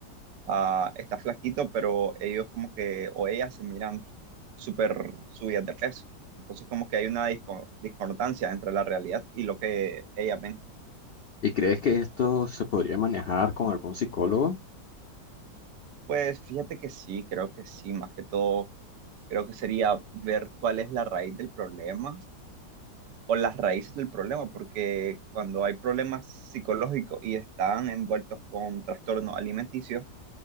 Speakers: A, on the right; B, on the left.
A: ah, está flaquito, pero ellos como que, o ellas se miran súper subidas de peso. Entonces como que hay una disco- discordancia entre la realidad y lo que ellas ven.
B: ¿Y crees que esto se podría manejar con algún psicólogo?
A: Pues fíjate que sí, creo que sí, más que todo Creo que sería ver cuál es la raíz del problema o las raíces del problema, porque cuando hay problemas psicológicos y están envueltos con trastornos alimenticios,